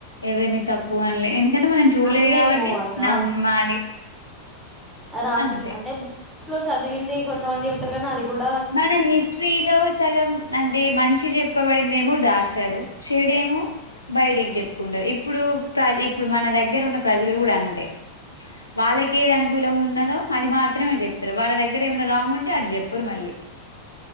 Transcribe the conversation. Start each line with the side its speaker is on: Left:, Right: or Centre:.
Left: ఎవరిని తప్పు అన్లే ఎందుకంటే మనం చూడలేద్
Centre: అనలేము
Left: కావట్టి
Centre: అది
Left: నమ్మాలి.
Centre: అ రాసింది
Left: అంతే
Centre: అంటే బుక్స్ లో చదివింది కొంతమంది చెప్తరు గని అది గుడా
Left: మన హిస్ట్రీలొ సగం అంటే మంచి చెప్పబడిందేమో దాసారు చెడేమో బయటికి చెప్పుకుంటరు. ఇప్పుడు ప్ర ఇప్పుడు మన దగ్గర ఉన్న ప్రజలు గుడ అంతే వాళ్ళకి ఏది అనుకూలం ఉన్నదో అది మాత్రమే చెప్తరు. వాళ్ళ దగ్గర ఏమైనా రాంగ్ ఉంటే అది చెప్పరు మళ్ళీ